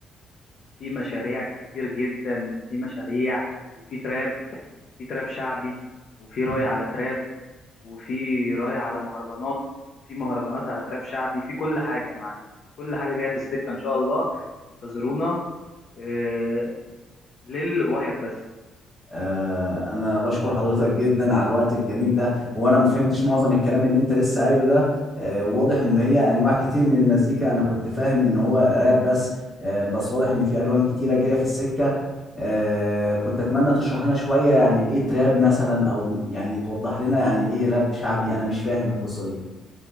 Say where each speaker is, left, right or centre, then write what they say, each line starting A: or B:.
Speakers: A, on the left (about 60°); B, on the left (about 25°).
A: في مشاريع كتير جدا في مشاريع وفي تراب في تراب شعبي وفي راي
B: لها؟
A: على تراب وفي راي على مهرجانات وفي مهرجانات على تراب شعبي في كل حاجه يا معلم كل حاجه جايه في السكه ان شاء الله انتظرونا آه، للواحد بس
B: آه، انا بشكر حضرتك جدا على الوقت الجميل ده هو انا ما فهمتش معظم الكلام اللي انت لسه قايله ده آه، واضح ان هي انواع كتير من المزيكا انا كنت فاهم ان هو راب بس آه، بس واضح ان في الوان كتيره جايه في السكه آه، كنت اتمنى تشرح لنا شويه يعني ايه تراب مثلا او يعني توضح لنا يعني ايه راب شعبي انا مش فاهم القصه دي